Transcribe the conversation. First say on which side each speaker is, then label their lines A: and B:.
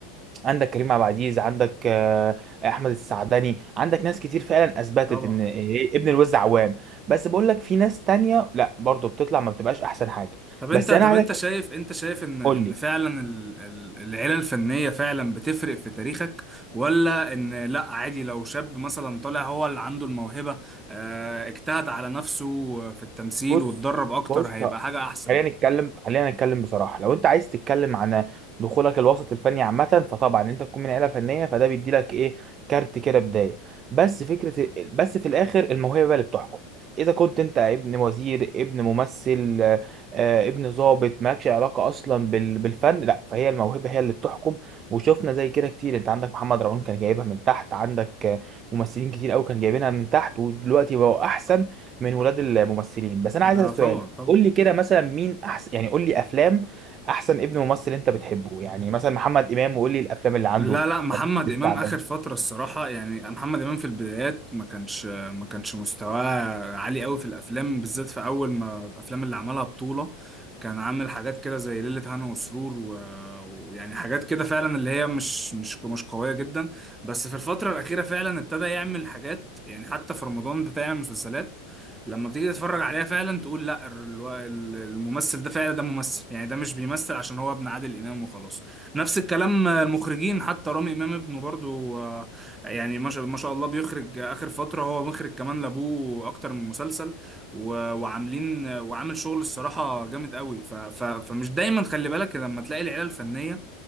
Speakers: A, on the right (about 35°); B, on the right (about 15°).
A: عندك كريم عبد العزيز عندك آه، احمد السعدني عندك ناس كتير فعلا اثبتت
B: طبعا
A: ان إيه، ابن الوز عوام بس بقول لك في ناس تانية لا برضو بتطلع ما بتبقاش احسن حاجه
B: طب انت
A: بس
B: طب
A: انا عايز
B: انت شايف انت شايف ان ان
A: قول لي
B: فعلا ال- ال- العيله الفنيه فعلا بتفرق في تاريخك ولا ان لا عادي لو شاب مثلا طالع هو اللي عنده الموهبه اه، اجتهد على نفسه في التمثيل
A: بص
B: واتدرب اكتر
A: بص
B: هيبقى حاجه احسن
A: خلينا نتكلم خلينا نتكلم بصراحه لو انت عايز تتكلم عن دخولك الوسط الفني عامه فطبعا انت تكون من عيله فنيه فده بيدي لك ايه كارت كده بدايه بس فكره بس في الاخر الموهبه بقى اللي بتحكم اذا كنت انت ابن وزير ابن ممثل آه، آه، ابن ضابط مالكش علاقه اصلا بال- بالفن لا فهي الموهبه هي اللي بتحكم وشفنا زي كده كتير انت عندك محمد رمضان كان جايبها من تحت عندك آه، ممثلين كتير قوي كان جايبينها من تحت ودلوقتي بقوا احسن من ولاد الممثلين بس انا
B: ده
A: عايز اسال
B: طبعا
A: سؤال
B: طبعا
A: قول لي كده مثلا مين احسن يعني قول لي افلام احسن ابن ممثل انت بتحبه يعني مثلا محمد امام وقول لي الافلام اللي عنده
B: لا لا محمد
A: الثعبان
B: امام اخر فتره الصراحه يعني محمد امام في البدايات ما كانش ما كانش مستواه عالي قوي في الافلام بالذات في اول ما الافلام اللي عملها بطوله كان عامل حاجات كده زي ليله هنا وسرور و- ويعني حاجات كده فعلا اللي هي مش مش مش قويه جدا بس في الفتره الاخيره فعلا ابتدى يعمل حاجات يعني حتى في رمضان بتاع المسلسلات لما بتيجي تتفرج عليها فعلا تقول لا الو- الممثل ده فعلا ده ممثل يعني ده مش بيمثل عشان هو ابن عادل امام وخلاص نفس الكلام المخرجين حتى رامي امام ابنه برضو آه، يعني ما شاء ما شاء الله بيخرج اخر فتره هو مخرج كمان لابوه اكتر من مسلسل و- وعاملين وعامل شغل الصراحه جامد قوي ف ف فمش دايما خلي بالك لما تلاقي العيله الفنيه